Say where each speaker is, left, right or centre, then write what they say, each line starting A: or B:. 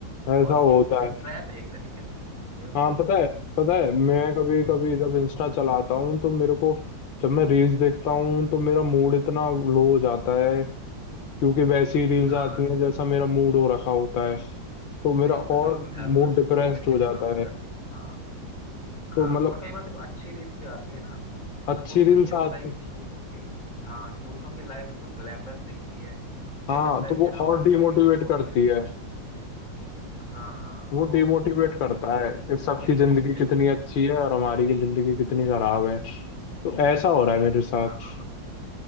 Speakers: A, on the left; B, on the left.
A: ऐसा
B: और ये
A: होता
B: ये
A: है
B: ट्रैप है एक तरीके से बिल्कुल
A: हाँ पता है पता है
B: तो
A: मैं कभी
B: हम्म
A: कभी जब इंस्टा चलाता हूँ तो मेरे को जब मैं रील्स देखता हूँ तो मेरा मूड इतना लो हो जाता है क्योंकि वैसी रील्स
B: हाँ
A: आती हैं जैसा मेरा मूड हो रखा होता है तो मेरा
B: बिल्कुल बिल्कुल
A: और
B: एल्गोरिदम
A: मूड डिप्रेस्ड
B: उसी तरीके
A: हो
B: से
A: जाता
B: काम करती
A: है
B: है हाँ
A: तो
B: हाँ
A: मतलब
B: और कई बार देखो अच्छी रील्स भी आती है ना
A: अच्छी
B: तो उसमें
A: रील्स
B: भी ये होता
A: आती
B: है कि दूसरों की हाँ दूसरों की लाइफ बिल्कुल ग्लैमरस दिखती है फिर
A: हाँ
B: लगता है
A: तो
B: कि
A: वो
B: यार हमारी
A: और डिमोटिवेट
B: लाइफ बिल्कुल बोरिंग
A: करती
B: है ना
A: है
B: हाँ
A: वो
B: तो
A: डिमोटिवेट
B: मैं तो
A: करता
B: तुझे पहले तो
A: है
B: ये
A: कि सबकी
B: बिल्कुल
A: जिंदगी
B: बिल्कुल
A: कितनी अच्छी
B: बिल्कुल,
A: है और हमारी की जिंदगी कितनी खराब है तो ऐसा हो रहा है मेरे साथ
B: हाँ